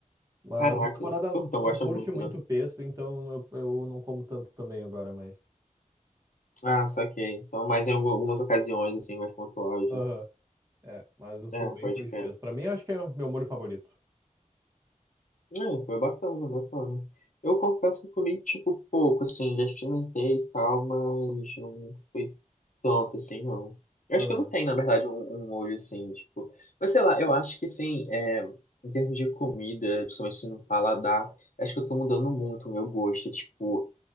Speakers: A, on the right; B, on the left.
A: Mas
B: Caraca,
A: minha namorada
B: Pô, então
A: não
B: gosta
A: curte
B: muito,
A: muito
B: né?
A: pesto, então eu, eu não como tanto também agora mais.
B: Ah, saquei. Então, mais em algu- algumas ocasiões, assim, mais pontuais,
A: Aham.
B: né?
A: É, mas eu sou
B: É,
A: bem
B: pode
A: pão
B: crer.
A: de queijo. Pra mim, eu acho que é o meu molho favorito.
B: É, foi bacana, bacana. Eu confesso que eu comi, tipo, pouco, assim, já experimentei e tal, mas não foi tanto, assim, não. Eu
A: Aham.
B: acho que não tem, na verdade, um, um molho, assim, tipo... Mas, sei lá, eu acho que, assim, é, em termos de comida, principalmente assim, no paladar, acho que eu tô mudando muito o meu gosto, tipo...